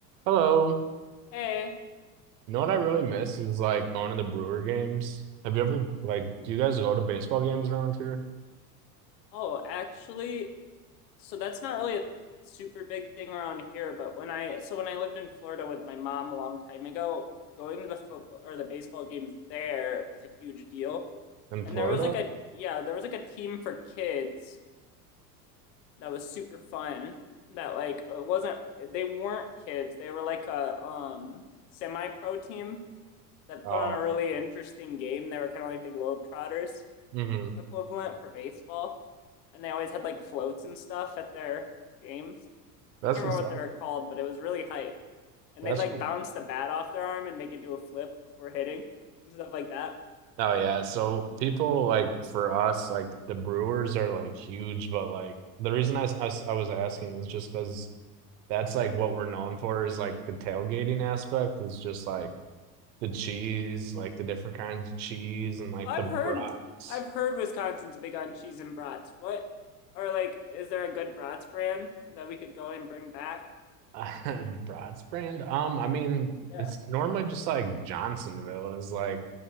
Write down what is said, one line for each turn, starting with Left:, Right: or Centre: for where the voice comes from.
Right: Hello.
Left: Hey,
Right: You know what I really miss is like going to the Brewer games. Have you ever like do you guys go to baseball games around here
Left: oh, actually, so that's not really a super big thing around here, but when I so when I lived in Florida with my mom a long time ago, going to the football or the baseball games there was a huge deal.
Right: in
Left: And
Right: Florida?
Left: there was like a yeah, there was like a team for kids that was super fun that like it wasn't they weren't kids. They were like a um semi-pro team that
Right: Oh,
Left: put on a really interesting game. They were kind of like the Globetrotters.
Right: mm-hmm.
Left: equivalent for baseball, and they always had like floats and stuff at their games.
Right: That's
Left: I can't
Right: what's
Left: remember
Right: up.
Left: what they were called, but it was really hype. And
Right: That's
Left: they'd like
Right: cool.
Left: bounce the bat off their arm and make it do a flip before hitting and stuff like that.
Right: Oh yeah. So people like for us, like the Brewers are like huge, but like the reason I s- I, s- I was asking is just because that's like what we're known for is like the tailgating aspect is just like the cheese, like the different kinds of cheese and like
Left: I've
Right: the brats.
Left: heard I've heard Wisconsin's big on cheese and brats. What or like is there a good brats brand that we could go and bring back?
Right: <laughs> Uh, Bratz brand? Um, I mean,
Left: Yeah.
Right: it's normally just like Johnsonville is like